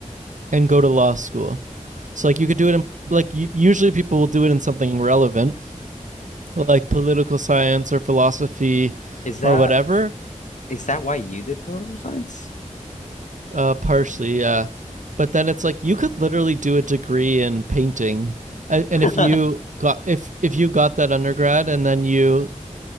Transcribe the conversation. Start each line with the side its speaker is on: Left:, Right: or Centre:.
Right: and go to law school. So like you could do it in like usually people will do it in something relevant, like political science or philosophy
Left: Is that
Right: or whatever.
Left: is that why you did political science?
Right: Uh, partially, yeah. But then it's like you could literally do a degree in painting, and
Left: <laughs>
Right: if you got if if you got that undergrad and then you